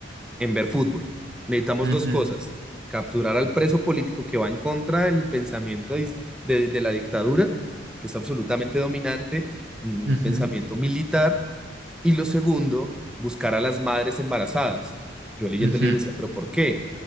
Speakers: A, in the centre; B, on the right.
A: en ver fútbol. Necesitamos
B: ujú,
A: dos cosas. Capturar al preso político que va en contra del pensamiento de, de- de la dictadura, que es absolutamente dominante, un
B: ujú,
A: pensamiento militar. Y lo segundo, buscar a las madres embarazadas. Yo leyendo
B: ujú,
A: el libro decía, pero ¿por qué?